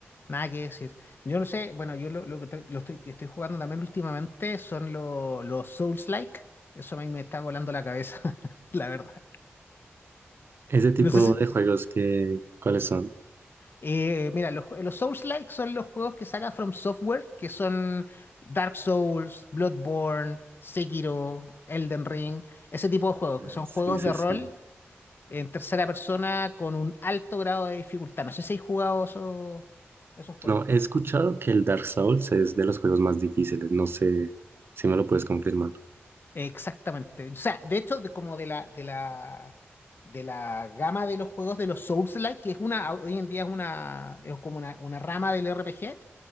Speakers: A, on the left; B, on the right.
A: nada que decir. Yo no sé, bueno, yo lo, lo que, tra- lo estoy, que estoy jugando también últimamente son lo- los Souls-like. Eso a mí me está volando la cabeza, <laughs> la verdad.
B: Ese tipo
A: No sé si,
B: de juegos que, ¿cuáles son?
A: Eh, mira, los, jue- los Souls-like son los juegos que saca From Software, que son Dark Souls, Bloodborne, Sekiro, Elden Ring, ese tipo de juegos,
B: Ah,
A: que son
B: sí,
A: juegos
B: sí,
A: de
B: sí.
A: rol en tercera persona con un alto grado de dificultad. No sé si hay jugado esos, esos juegos.
B: No, he escuchado que el Dark Souls es de los juegos más difíciles, no sé si me lo puedes confirmar.
A: Exactamente. O sea, de hecho, de- como de la, de la, de la gama de los juegos de los Souls-like, que es una, hoy en día es una, es como una, una rama del RPG.